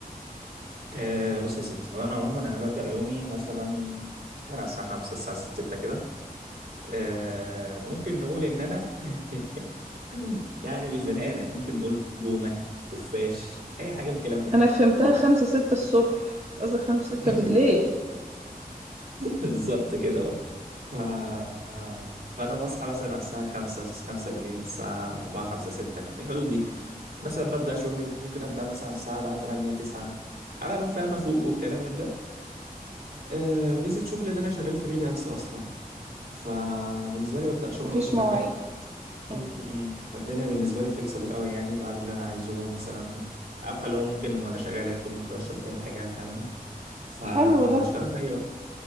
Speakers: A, on the right; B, on the right.
A: أه بص يا ستي هو انا عموما انا ببدا يومي مثلا يعني على الساعه 5 الساعه 6 كده أه ممكن نقول ان انا <laughs> يعني مش بني ادم ممكن نقول بومه خفاش اي حاجه من الكلام ده يعني
B: انا فهمتها خمسة ستة الصبح قصدي خمسة
A: <laughs>
B: ستة بالليل
A: بالظبط كده اه ف... آه، فانا بصحى مثلا على الساعه 5 5 بالليل الساعه 4 5 6 في الحدود دي مثلا ببدا شغلي ممكن ابدا مثلا على الساعه بقى 8 9 على ما فاهم فوق والكلام من ده آه، ميزة شغل ان انا شغال فريلانس اصلا فبالنسبة لي ببدأ شغل
B: مفيش
A: وقت ما
B: مواعيد
A: انا احب م-
B: مم.
A: م. فالدنيا بالنسبة لي فليكسبل قوي يعني بعمل اللي انا عايزه مثلا عارفة اللي هو ممكن وانا شغال اكل ممكن اشرب اي حاجة فاهماني فبشتغل
B: حلو ده
A: في اي وقت